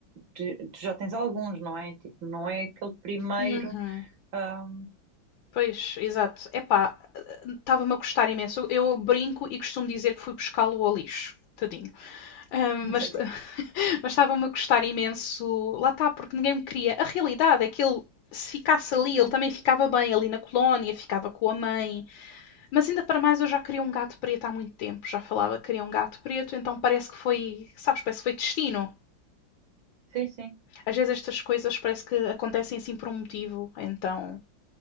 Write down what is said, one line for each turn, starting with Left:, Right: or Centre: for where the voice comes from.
Right: tu, tu já tens alguns, não é? Tipo, não é aquele primeiro.
Left: Uhum.
Right: ah,
Left: Pois, exato. Epá, estava-me a custar imenso. Eu eu brinco e costumo dizer que fui buscá-lo ao lixo. Tadinho. Ah,
Right: <laughs>
Left: mas
Right: assim,
Left: <laughs> mas estava-me a custar imenso. Lá está, porque ninguém me queria. A realidade é que ele, se ficasse ali,
Right: sim,
Left: ele também ficava bem ali na colónia, ficava com a mãe. Mas ainda para mais, eu já queria um gato preto há muito tempo. Já falava que queria um gato preto, então parece que foi, sabes, parece que foi destino.
Right: sim. sim.
Left: Às vezes estas coisas parece que acontecem assim por um motivo, então.